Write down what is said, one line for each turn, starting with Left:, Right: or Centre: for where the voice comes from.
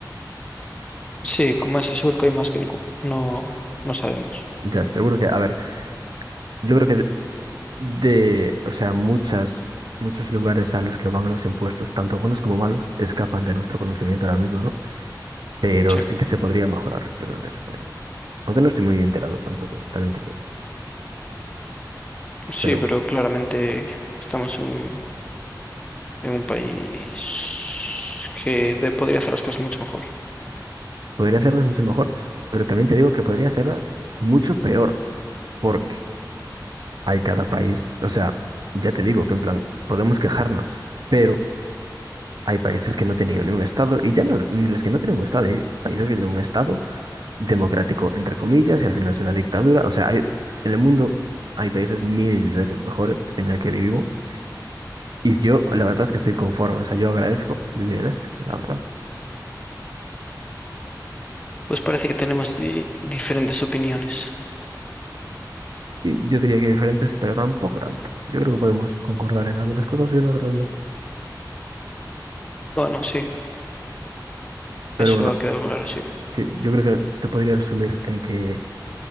Left: Sí, como es seguro que hay más que ningún- No, no sabemos.
Right: Ya, seguro que, a ver, yo creo que de, de, o sea, muchas, muchos lugares a los que van los impuestos, tanto buenos como malos, escapan de nuestro conocimiento ahora mismo, ¿no? Pero
Left: Sí,
Right: sí que se podría mejorar, yo creo que se podría. Aunque no estoy muy enterado tampoco, también te digo.
Left: sí,
Right: Pero
Left: pero
Right: bueno.
Left: claramente estamos en un, en un país que de- podría hacer las cosas mucho mejor.
Right: Podría hacerlas mucho mejor, pero también te digo que podría hacerlas mucho peor, porque hay cada país, o sea, ya te digo que en plan, podemos quejarnos, pero hay países que no tienen ni un estado, y ya no, ni los que no tienen un estado, hay países que tienen un estado democrático, entre comillas, y al final es una dictadura, o sea, hay, en el mundo hay países mil veces mejores que en el que vivimos, y yo la verdad es que estoy conforme, o sea, yo agradezco vivir en este, la verdad.
Left: Pues parece que tenemos di- diferentes opiniones.
Right: Y yo diría que diferentes, pero tampoco tanto. Yo creo que podemos concordar en algunas cosas y en otras no.
Left: Bueno, sí,
Right: Pero
Left: eso
Right: bueno,
Left: ha quedado claro, sí.
Right: sí, yo creo que se podría resumir en que